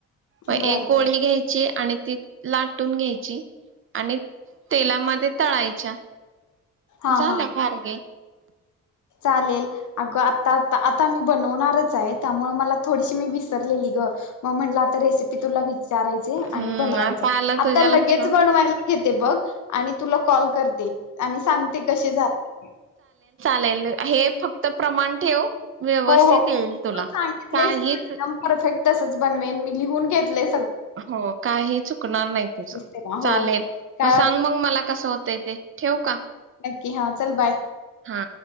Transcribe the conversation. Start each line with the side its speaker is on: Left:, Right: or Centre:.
Right: मग एक
Left: बर
Right: गोळी
Left: बर
Right: घ्यायची आणि ती लाटून घ्यायची आणि तेलामध्ये तळायच्या.
Left: हा
Right: झालं.
Left: हा
Right: घारगे,
Left: चालेल अगं आता आता मी बनवणारच आहे, त्यामुळे मला थोडीशी मी विसरलेली ग मग म्हटलं आता रेसिपी तुला विचार विचारायचे
Right: हम्म
Left: आणि बनवायच
Right: आता आलं तुझ्या
Left: आता लगेच
Right: लक्षात
Left: बनवायला, घेते बघ आणि तुला कॉल करते. आणि सांगते कशी झाली.
Right: लेल हे फक्त प्रमाण ठेव. व्यवस्थित
Left: हो हो
Right: येईल तुला
Left: तू सांगितलेस
Right: काहीच
Left: ना एकदम परफेक्ट तसच बनवेन मी लिहून घेतलय.
Right: हो काही चुकणार नाही तुझं
Left: दिसते का हो
Right: चालेल
Left: काय
Right: मग
Left: वाटलं
Right: सांग मग मला कसं होतंय ते ठेवू का.
Left: की, हां चल बाय.
Right: हा.